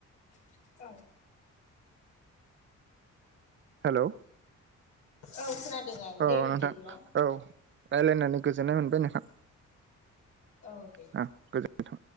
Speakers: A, on the left (about 70°); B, on the right (about 40°).
A: <unintelligible>
B: हेलौ
A: औ खोनादों आं
B: औ
A: दे बिदिब्ला।
B: नोंथां औ रायलायनो गोजोननाय मोनबाय। नोंथां
A: औ दे
B: औ गोजोनथों